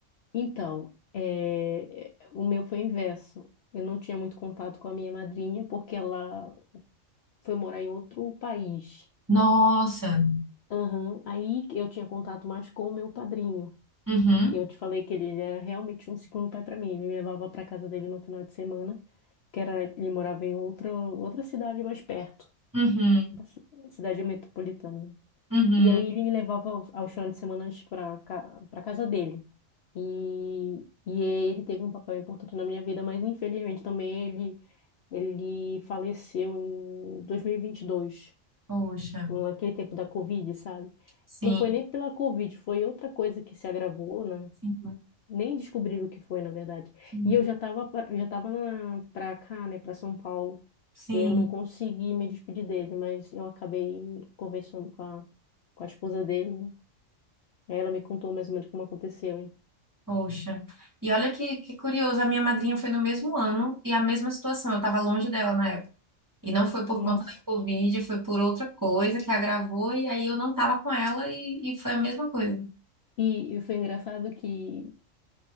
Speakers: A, on the left; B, on the right.
A: então, é, o meu foi inverso. Eu não tinha muito contato com a minha madrinha porque ela foi morar em outro país.
B: Nossa.
A: Aham. Aí que eu tinha contato mais com o meu padrinho,
B: Uhum.
A: que eu te falei que ele, ele era realmente um segundo pai para mim. Ele me levava para casa dele no final de semana, que era ele morava em outra outra cidade mais perto,
B: Uhum.
A: uma ci- cidade metropolitana.
B: Uhum.
A: E aí ele me levava ao- aos finais de semana para para casa dele. E, e ele teve um papel importante na minha vida, mas infelizmente também ele, ele faleceu em dois mil e e vinte e dois
B: Poxa.
A: naquele tempo da Covid, sabe?
B: Sim.
A: Não foi nem pela Covid, foi outra coisa que se agravou, né?
B: Sim.
A: Nem descobriram o que foi, na verdade.
B: Sim.
A: E eu já estava já tava na, pra cá, né, para São Paulo.
B: Sim.
A: E aí eu não consegui me despedir dele, mas eu acabei conversando com a, com a esposa dele, Aí ela me contou mais ou menos como aconteceu, hein?
B: Poxa. E olha que, que curioso, a minha madrinha foi no mesmo ano e a mesma situação. Eu estava longe dela na época. E não foi por
A: Nossa.
B: conta da Covid, foi por outra coisa que agravou, e aí eu não estava com ela e, e foi a mesma coisa.
A: E, e foi engraçado que